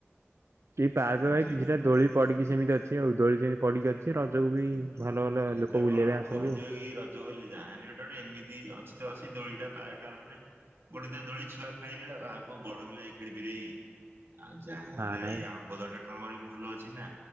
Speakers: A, on the right; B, on the right.
A: ସେ ପାର୍କରେ ଭାଇ
B: ସେଇଠି
A: କିଛିଟା ଦୋଳି ପଡିକି ସେମିତି ଅଛି ଆଉ ଦୋଳି ସେମିତି ପଡିକି ଅଛି ରଜକୁ ବି ଭଲ ଭଲ
B: ହେଇତା
A: ଲୋକ ବୁଲିବା
B: କଣ
A: ପାଇଁ ଆସନ୍ତି
B: କୁହାଯିବ
A: ଆଉ
B: କି ର ଜ ବୋଲି ଯାହେନେ ଗୋଟେ ଗୋଟେ ଏମିତି ଅଛି ତ ଅଛି ଦୋଳିଟା ପାର୍କଟା ମାନେ ଗୋଟେ ଦ ଦୋଳି ଛୁଆ ଖେଳିବେ ଆଉ ଆଉ କଁ ବଡ ପିଲା ଯାଇ ଖେଳିପାରିବେ କି? ଆଉ <unintelligible> ଯାହା ହେଲା
A: ନା ନା
B: ଏଇ ଆମ୍ବ ତୋଟା <unintelligible> ଭାରି ଭଲ ଅ ଛି ନା